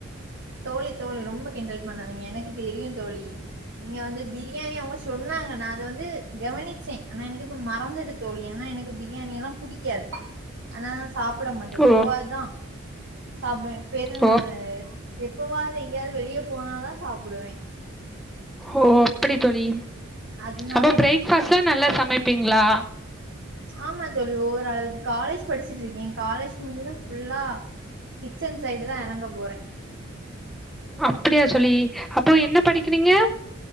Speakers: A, on the right; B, in the centre.
A: தோழி தோழி ரொம்ப கிண்டல் பண்ணாதீங்க எனக்கு தெரியும் தோழி நீங்க வந்து பிரியாணி அவங்க சொன்னாங்க நா அத வந்து கவனிக் சரி ஆனா எனக்கு இப்ப மறந்துடு தோழி ஆனா எனக்கு பிரியாணி எல்லா புடிக்காது ஆனா சாப்ட மாட்டே எப்பாவதுதா
B: ஓ
A: சாப்வே பெரு
B: ஓ
A: எப்பவாது எங்கேயாது வெளியே போனாதா சாப்டுவே
B: ஓ அப்டி தோழி
A: அதனால
B: அப்ப பிரேக்பாஸ்ல நல்லா சமைப்பீங்ளா
A: ஆ ஆமா தோழி ஒவ்வொரு அளவுக்கு காலேஜ் படிச்சுட்டு இருக்கே காலேஜ் முடிஞ்சது ஃபுல்லா கிச்சன் சைடுதா எறங்க போறே
B: அப்டியா தோழி அப்போ என்ன படிக்கிறீங்க